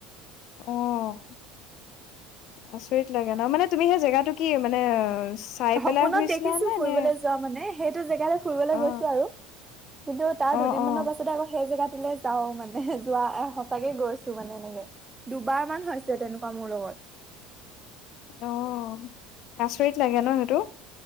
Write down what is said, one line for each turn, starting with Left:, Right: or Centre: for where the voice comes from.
Left: অ' আচৰিত লাগে ন মানে তুমি সেই জেগাটো কি মানে চাই
Right: সপোনত
Left: পেলাই শুইছিলা
Right: দেখিছো
Left: নে
Right: ফুৰিবলে
Left: নে
Right: যোৱা মানে সেইটো জেগালে ফুৰিবলে
Left: অ
Right: গৈছো আৰু কিন্তু তাৰ
Left: অ
Right: দুদিনমানৰ
Left: অ
Right: পাছতে আকৌ সেই জেগাত টোলে যাওঁ মানে যোৱা সঁচাকে গৈছো মানে এনেকে, দুবাৰ মান হৈছে তেনেকুৱা মোৰ লগত।
Left: অ' আচৰিত লাগে ন সেইটো?